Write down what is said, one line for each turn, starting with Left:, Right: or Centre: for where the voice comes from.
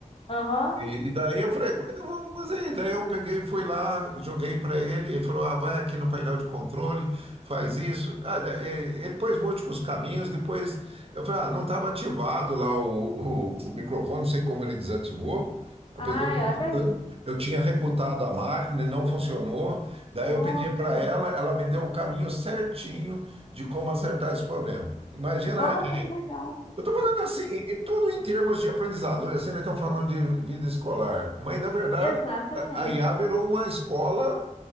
Left: Aham.
Right: E, e daí eu falei, quando eu fazer? Daí eu peguei, fui lá, joguei para ele, ele falou, ah, vai aqui no painel de controle, faz isso. Ah, da- e- ele pôs múltiplos caminhos, depois eu falei, ah, não estava ativado lá o, o- o microfone, não sei como ele desativou, apesar
Left: Ai,
Right: que
Left: olha aí.
Right: eu, eu tinha rebutado a máquina, e não funcionou. Daí
Left: Nossa.
Right: eu pedi para ela, ela me deu o caminho certinho de como acertar esse problema. Imagina
Left: Nossa, que legal.
Right: eu estou falando assim, é tudo em termos de aprendizado. né? Assim, não estão falando de vida escolar, mas na verdade
Left: Exatamente.
Right: a a IA virou uma escola